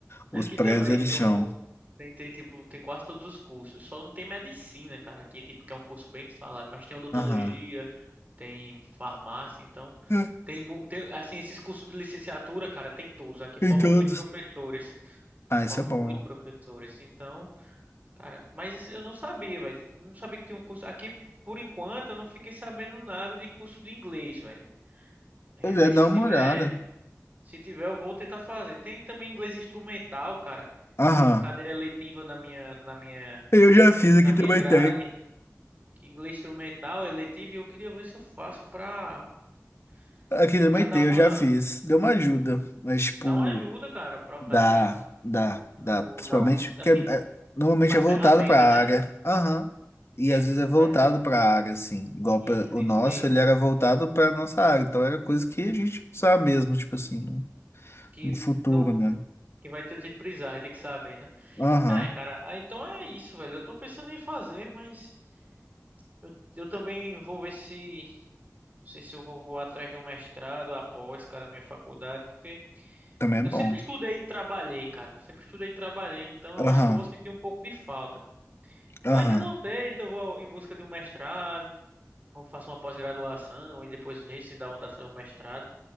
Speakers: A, on the left; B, on the right.
A: os
B: Aqui
A: prédios
B: também
A: eles
B: tem
A: são
B: o. Tem, tem, tipo, tem quase todos os cursos. Só não tem medicina, cara. Aqui, tipo, que é um curso bem falado. Mas tem odontologia,
A: Aham.
B: tem farmácia, então.
A: É,
B: Tem, mu- tem, assim, esses cursos de licenciatura, cara, tem todos. Aqui
A: Em
B: formam
A: todos.
B: muito professores.
A: Ah, isso
B: Formam
A: é bom.
B: muito professores. Então, cara, mas eu não sabia, velho. Eu não sabia que tinha um curso. Aqui, por enquanto, eu não fiquei sabendo nada de curso de inglês, velho. É,
A: Pois
B: mas
A: é, dá
B: se
A: uma
B: tiver.
A: olhada.
B: Se tiver, eu vou tentar fazer. Tem também inglês instrumental, cara.
A: Aham.
B: Tem uma cadeira eletiva na minha, na minha,
A: Eu já fiz, aqui
B: na minha
A: também
B: grade,
A: tem.
B: inglês instrumental, eletivo, e eu queria ver se eu faço pra,
A: Aqui
B: <laughs>
A: também
B: pra dar
A: tem,
B: uma,
A: eu já fiz. Deu uma ajuda, mas, tipo,
B: dar uma ajuda, cara, pra o
A: dá,
B: cara
A: dá,
B: no,
A: dá. Principalmente
B: na,
A: porque
B: assim,
A: é- é- normalmente
B: pras
A: é voltado
B: ferramentas,
A: pra
B: né?
A: área. Aham. E
B: E aí,
A: às
B: tipo,
A: vezes é voltado
B: pras ferramentas.
A: pra área, assim. Igual
B: Isso,
A: pra- o
B: isso
A: nosso,
B: mesmo.
A: ele era voltado pra nossa área. Então era coisa que a gente usava mesmo, tipo assim, no,
B: Que
A: no futuro,
B: não,
A: né?
B: que vai todo jeito precisar, vai ter que saber, né?
A: Aham.
B: Ah, É, cara, ah, então é isso, velho. Eu tô pensando em fazer, mas eu, eu também vou ver se Não sei se eu vou, vou atrás de um mestrado após, cara, minha faculdade, porque
A: Também é
B: eu
A: bom.
B: sempre estudei e trabalhei, cara. Sempre estudei e trabalhei, então eu
A: Aham.
B: acho que eu vou sentir um pouco de falta.
A: Aham.
B: Eu ainda não sei se eu vou em busca de um mestrado, ou faço uma pós-graduação e depois ver se dá vontade de fazer um mestrado,